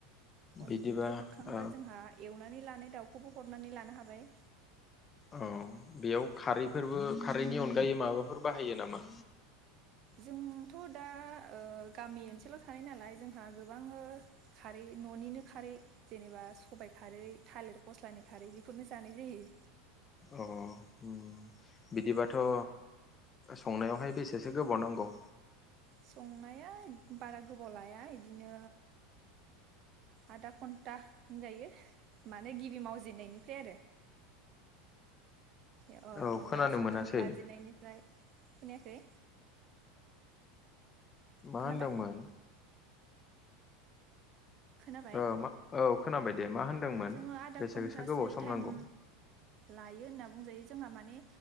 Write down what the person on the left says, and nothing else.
बिदिबा
औ
औ बेयाव खारैफोरबो खारैनि अनगायै माबाफोर बाहायो नामा?
अ ओम बिदिबाथ ओ संनायावहाय बेसेसो गोबाव नांगौ?
औ
खोनानो
मोनासै
मा
होनदोंमोन?
ओ मा औ खोनाबाय दे मा होनदोंमोन
बेसेसो
गोबाव सम
नांगौ